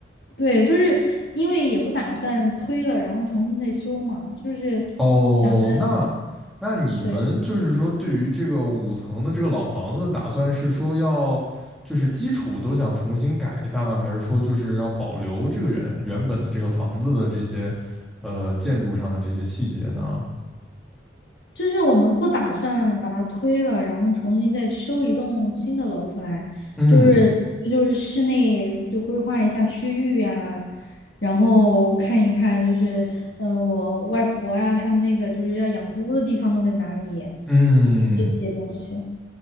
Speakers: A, on the left; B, in the centre.
A: 对，就是因为也不打算推了，然后重新再修嘛，就是想，
B: 哦，那那你们就是说，
A: 对。
B: 对于这个五层的这个老房子打算是说要，就是基础都想重新改一下呢，还是说就是要保留这个原原本的这个房子的这些，呃，建筑上的这些细节呢？
A: 就是我们不打算把它推了，然后重新再修一栋新的楼出来，
B: 嗯
A: 就是就是室内就规划一下区域呀、然后看一看就是嗯、呃我外婆呀、他们那个就是要养猪的地方都在哪里，
B: 嗯，
A: 就这些东西。